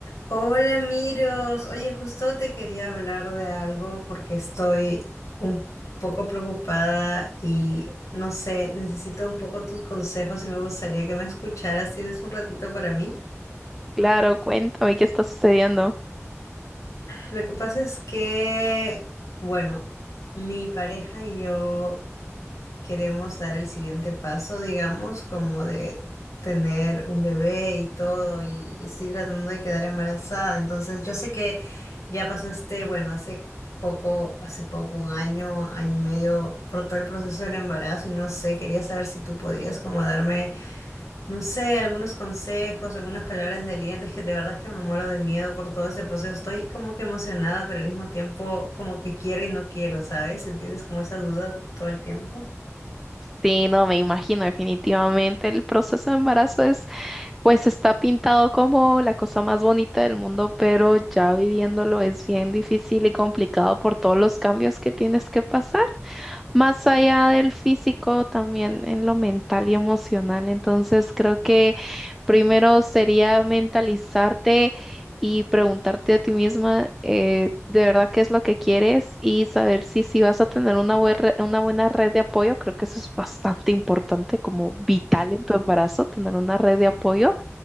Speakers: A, on the left; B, in the centre.
A: Hola, Miros. Oye, justo te quería hablar de algo porque estoy un poco preocupada y no sé, necesito un poco tus consejos y me gustaría que me escucharas. ¿Tienes un ratito para mí?
B: Claro, cuéntame qué está sucediendo.
A: Lo que pasa es que, bueno, mi pareja y yo queremos dar el siguiente paso, digamos, como de tener un bebé y todo, y estoy tratando de quedar embarazada. Entonces, yo sé que ya pasaste, bueno, hace poco, hace poco, un año, año y medio, por todo el proceso del embarazo, y no sé, quería saber si tú podías como darme, no sé, algunos consejos, algunas palabras de aliento, es que de verdad es que me muero de miedo por todo ese proceso. Estoy como que emocionada, pero al mismo tiempo como que quiero y no quiero, ¿sabes? ¿Tienes como esa duda todo el tiempo?
B: Sí, no, me imagino, definitivamente el proceso de embarazo es, pues está pintado como la cosa más bonita del mundo, pero ya viviéndolo es bien difícil y complicado por todos los cambios que tienes que pasar. más allá del físico, también en lo mental y emocional. Entonces, creo que primero sería mentalizarte y preguntarte a ti misma eh, de verdad qué es lo que quieres y saber si, si vas a tener una, buen re- una buena red de apoyo. Creo que eso es bastante importante, como vital en tu embarazo, tener una red de apoyo